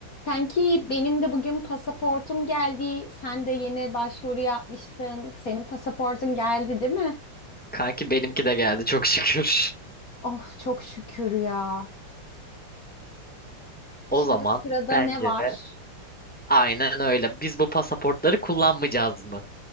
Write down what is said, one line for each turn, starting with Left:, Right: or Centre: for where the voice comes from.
Left: Sanki benim de bugün pasaportum geldi. Sen de yeni başvuru yapmıştın. Senin pasaportun geldi, değil mi?
Centre: Kanki benimki de geldi çok şükür.
Left: Of çok şükür ya.
Centre: O
Left: Şimdi
Centre: zaman
Left: sırada
Centre: bence
Left: ne var?
Centre: aynen öyle. Biz bu pasaportları kullanmayacağız mı?